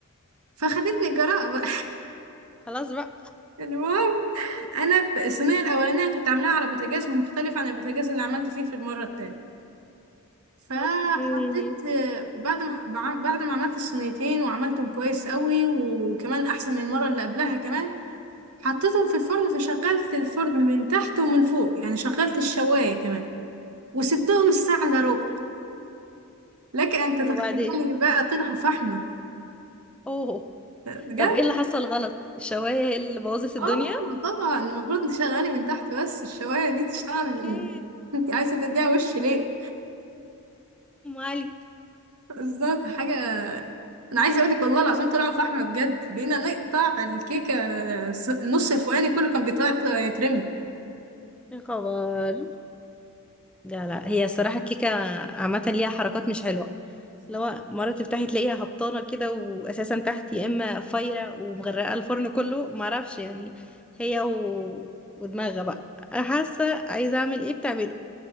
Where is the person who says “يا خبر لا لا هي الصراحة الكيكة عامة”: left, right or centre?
Centre